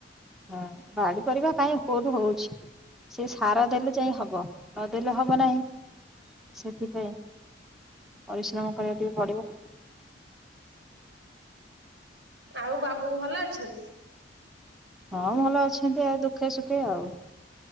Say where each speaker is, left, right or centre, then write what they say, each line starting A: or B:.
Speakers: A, in the centre; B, on the right.
A: ହଁ ବାଡି ପରିବା କାଇଁ କୋଉଠି ହଉଛି ସେ ସାର ଦେଲେ ଯାଇ ହବ ନଦେଲେ ହବ ନାହିଁ ସେଥିପାଇଁ ପରିଶ୍ରମ କରିବା କୁ ଟିକେ ପଡିବ।
B: ଆଉ ବାବୁ ଭଲ ଅଛନ୍ତି?
A: ହଁ ଭଲ ଅଛନ୍ତି ଆଉ ଦୁ ଖେ ସୁୁଖେ ଆଉ